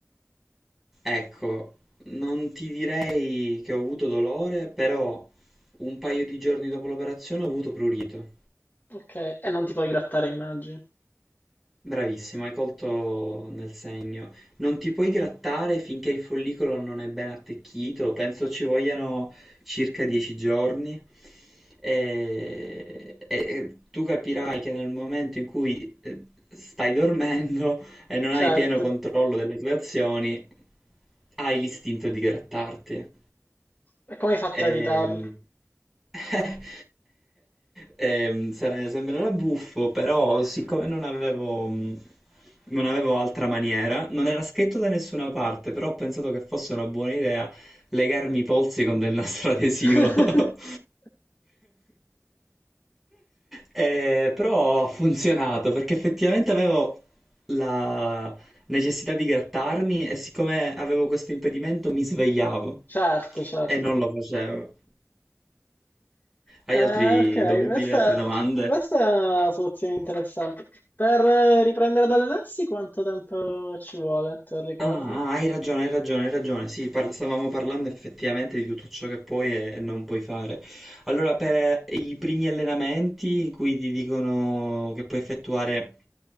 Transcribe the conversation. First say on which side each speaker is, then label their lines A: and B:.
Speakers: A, in the centre; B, on the left (about 35°).
A: Ecco, non ti direi che ho avuto dolore, però un paio di giorni dopo l'operazione ho avuto prurito.
B: ok. E non ti puoi grattare, immagini.
A: Bravissimo, hai colto nel segno. Non ti puoi grattare finché il follicolo non è ben attecchito, penso ci vogliano circa 10 giorni. E, e- e tu capirai che nel momento in cui eh, stai dormendo e non hai
B: Certo.
A: pieno controllo delle tue azioni, hai l'istinto di grattarti.
B: E come hai fatto
A: Ehm,
B: a evitarlo?
A: <laughs> Ehm, sare- sembrerà buffo, però siccome non avevo, mh, non avevo altra maniera, non era scritto da nessuna parte, però ho pensato che fosse una buona idea legarmi i polsi con del nastro adesivo.
B: <laughs>
A: <laughs> Eh, però ha funzionato perché effettivamente avevo la necessità di grattarmi e siccome avevo questo impedimento mi svegliavo
B: Certo, certo.
A: e non lo facevo.
B: Eh,
A: Hai altri
B: ok,
A: dubbi,
B: questa,
A: hai altre domande?
B: questa è una soluzione interessante. Per eh, riprendere ad allenarsi quanto tempo ci vuole, te lo ricordi?
A: Ah, ah, hai ragione, hai ragione, hai ragione. Sì, parla- stavamo parlando effettivamente di tutto ciò che puoi e e non puoi fare. Allora, per eh, i primi allenamenti in cui ti dicono che puoi effettuare